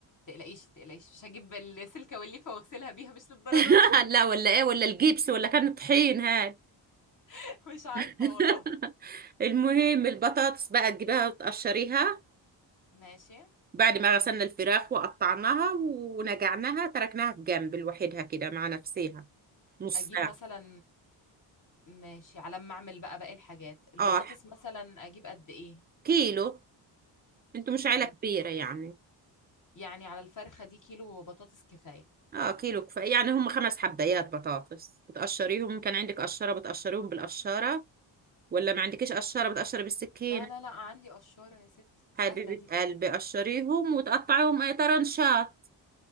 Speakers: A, on the left; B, on the right.
A: تقلقيش تقلقيش مش هجيب السلكة والليفة واغسلها بيها مش للدرجة
B: <laughs>
A: دي
B: لا ولا ايه ولا الجبس ولا كان طحين هاد
A: <laughs> مش عارفة
B: <laughs>
A: والله
B: المهم البطاطس بقى تجيبها تقشريها
A: ماشي
B: بعد ما غسلنا الفراخ وقطعناها ونقعناها تركناها في جنب لوحدها كده مع نفسها نص
A: اجيب
B: ساعة
A: مثلا ماشي على ما اعمل بقى باقي الحاجات البطاطس
B: اه
A: مثلا اجيب قد ايه
B: كيلو انتوا مش عيلة
A: آه،
B: كبيرة يعني
A: يعني على الفرخة دي كيلو بطاطس كفاية
B: اه كيلو كفاية يعني هم خمس حبايات بطاطس بتقشريهم إن كان عندك قشرة بتقشريهم بالقشرة ولا ما عندكيش قشرة بتقشري بالسكينة
A: لا لا لا عندي قشورة يا ستي
B: حبيبة
A: سهلة دي
B: قلبي قشريهم وتقطعيهم اي طرنشات